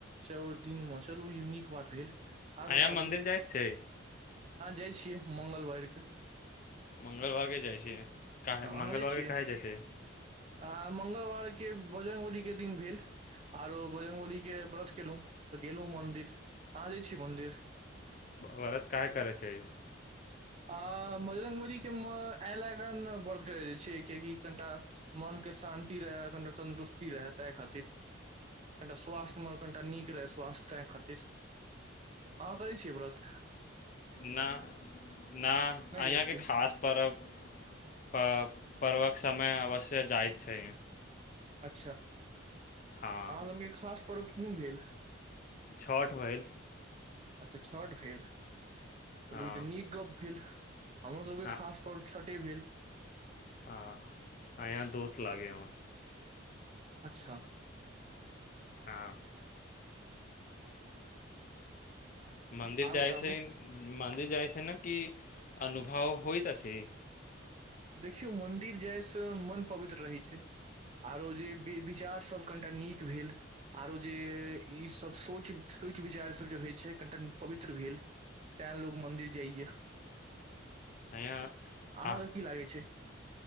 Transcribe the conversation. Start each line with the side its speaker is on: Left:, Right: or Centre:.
Right: चाउर दिन मे चलू ई नीक बात भेल आर
Left: अंया
Right: बताबू
Left: मंन्दिर जाइत छै
Right: हँ जाइ छियै मङ्गलवार के
Left: मंगलवार के जाइ छी
Right: हँ
Left: काहे
Right: अहाँ
Left: मंगलवारके
Right: जाइ छियै
Left: काहे जाइ छै
Right: आ मंगलवार के बजरङंगगबली के दिन भेल आरो बजरङ्गबली के व्रत केलहुँ तऽ गेलहुं मंदिर अहाँ जाइ छियै मंन्दिर
Left: व्रत काहे करै छै
Right: आं बजरङ्बलीके एहि लए कऽ ने व्रत करै छियै किएकि कनि टा मनके शान्ति रहाय कनिटा तन्दुरुस्ती रहए ताहि खातिर कनि टा स्वास्थ्यमे कनिटा नीक रहय स्वास्थ्य ताहि खातिर अहाँ करै छियै व्रत
Left: नहि ना अंया
Right: करै छियै
Left: के खास पर्व पर्वक समय अवश्य जाइत छै
Right: अच्छा अहाँ
Left: हँ
Right: सभ के खास पर्व कोन भेल
Left: छठ भेल
Right: अच्छा छठ भेल चलू
Left: हँ
Right: इ त नीक गप भेल हमरो सभकें
Left: हँ
Right: खास पर्व छठे भेल
Left: हँ अंया दोस्त लागे हमर
Right: अच्छा
Left: हँ मन्दिर
Right: आ बताबू
Left: जाइ छिहीं मन्दिर जाइ छै से न की अनुभव होइत अछि
Right: देखियौ मन्दिर जायसँ मन पवित्र रहै छै आरो जे वि विचारसभ कनिटा नीक भेल आरो जे ईसभ सोच सोच विचारसभ जे होइ छै कनिटा पवित्र भेल तैं लोक मन्दिर जाइया
Left: यहाँ
Right: अहाँके
Left: अह
Right: छै